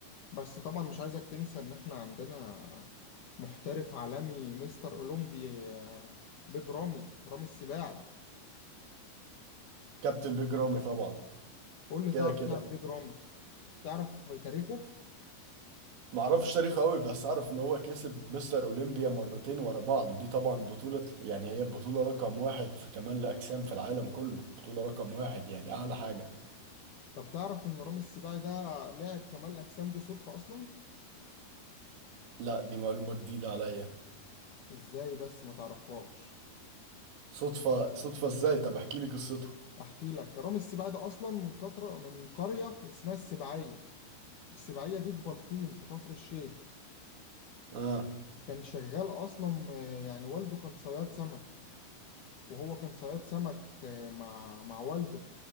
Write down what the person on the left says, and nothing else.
بس طبعا مش عايزك تنسى ان احنا عندنا محترف عالمي مستر اولمبي آه، بيج رامي رامي السباعي
قول لي
تعرف
إيه عن بيج رامي تعرف تاريخه
طب تعرف ان رامي السباعي ده لاعب كمال الاجسام دي صدفة اصلا
ازاي بس ما تعرفهاش
احكي لك رامي السباعي ده اصلا من قطره من قريه اسمها السباعيه السباعيه دي في بلطيم في كفر الشيخ
كان شغال اصلا آه، يعني والده كان صياد سمك وهو كان صياد سمك آه، مع مع والده